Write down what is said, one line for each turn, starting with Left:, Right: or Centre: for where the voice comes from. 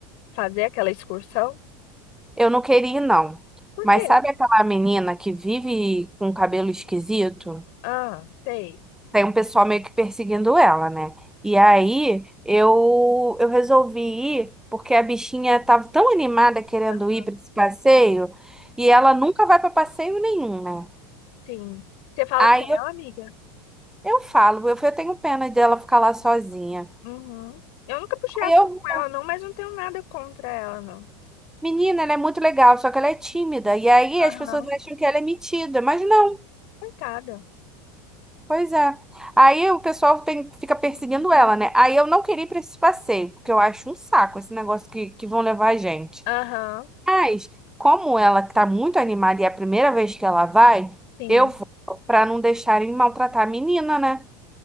Left: fazer aquela excursão?
Centre: eu não queria, ir, não.
Left: Por
Centre: Mas
Left: quê?
Centre: sabe aquela menina que vive com cabelo esquisito?
Left: Ah, sei.
Centre: Tem um pessoal meio que perseguindo ela, né? E aí eu, eu resolvi ir porque a bichinha tava tão animada querendo
Left: Ah,
Centre: ir pra esse passeio e
Left: Hum,
Centre: ela nunca vai pra passeio nenhum, né?
Left: sim. Você fala
Centre: Aí
Left: com
Centre: eu,
Left: ela, amiga?
Centre: eu falo, eu, eu tenho pena dela ficar lá sozinha.
Left: Uhum. Eu nunca puxei assunto
Centre: Aí eu
Left: com ela, não, mas não tenho nada contra ela, não.
Centre: Menina, ela é muito legal, só que ela é tímida. E aí
Left: Aham,
Centre: as pessoas acham que ela é metida, mas não,
Left: Coitada.
Centre: pois é. Aí o pessoal tem- fica perseguindo
Left: Uhum.
Centre: ela, né? Aí eu não queria ir pra esse passeio, porque eu acho um saco esse negócio que, que vão levar a gente.
Left: Aham,
Centre: Mas, como ela tá muito animada e é a primeira vez que ela vai,
Left: sim.
Centre: eu vou pra não deixarem maltratar a menina, né?